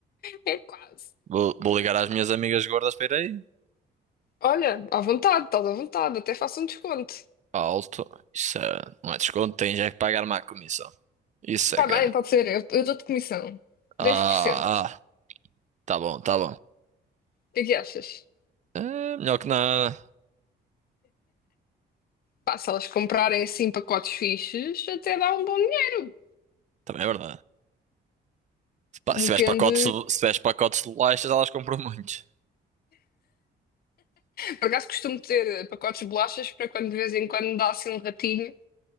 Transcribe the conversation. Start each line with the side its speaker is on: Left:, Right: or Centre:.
Left: É quase.
Right: Vou, vou ligar às minhas amigas gordas para ir aí.
Left: Olha, à vontade, estás à vontade. Até faço um desconto.
Right: Alto. Isso é, não é desconto, tem já que pagar uma comissão. Isso
Left: Está
Right: é, cara.
Left: bem, pode ser. Eu, eu dou-te comissão.
Right: Ah,
Left: 10%. O
Right: ah, tá bom, tá bom.
Left: que é que achas?
Right: É melhor que nada.
Left: Pá, se elas comprarem assim pacotes fixes, até dá um bom dinheiro.
Right: Também é verdade. Pá,
Left: Depende.
Right: se tiveres pacotes, se tiveres pacotes de bolachas, elas compram muito.
Left: Por acaso costumo ter pacotes de bolachas para quando de vez em quando dá assim um ratinho,